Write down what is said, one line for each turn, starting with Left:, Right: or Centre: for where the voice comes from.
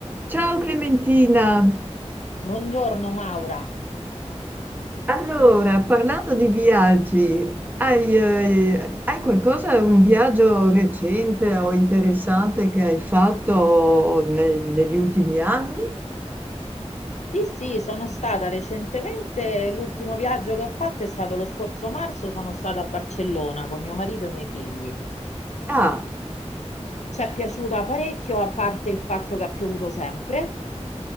Right: Ciao Clementina,
Left: Buongiorno Maura.
Right: allora parlando di viaggi, hai, eh, hai qualcosa, un viaggio recente o interessante che hai fatto ne- negli ultimi anni?
Left: Sì, sì, sono stata recentemente, l'ultimo viaggio che ho fatto è stato lo scorso marzo, sono stata a Barcellona con mio marito e i miei figli.
Right: Ah,
Left: Ci è piaciuta parecchio, a parte il fatto che ha piovuto sempre.